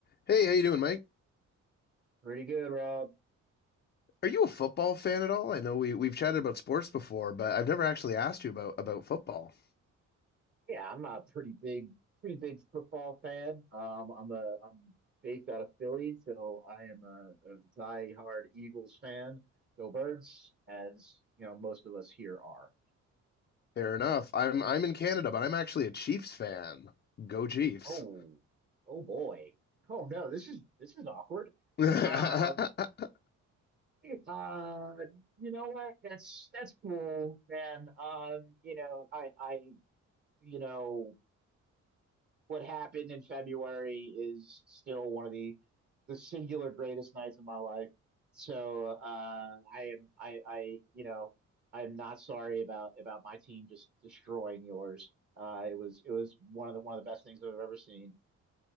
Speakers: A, on the left; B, on the right.
A: Hey, how you doing, Mike?
B: Pretty good, Rob.
A: Are you a football fan at all? I know we we've chatted about sports before, but I've never actually asked you about about football.
B: Yeah, I'm a pretty big, pretty big football fan. Um, I'm a I'm based out of Philly, so I am a, a diehard Eagles fan. Go Birds, as you know, most of us here are.
A: Fair enough. I'm I'm in Canada, but I'm actually a Chiefs fan. Go Chiefs.
B: Oh, oh boy. Oh no, this is this is awkward.
A: <laughs> I
B: Um, <laughs> uh, you know what? That's that's cool, man. Um, you know, I I you know what happened in February is still one of the the singular greatest nights of my life. So uh, I am I I you know I am not sorry about about my team just destroying yours. Uh, it was it was one of the one of the best things I've ever seen.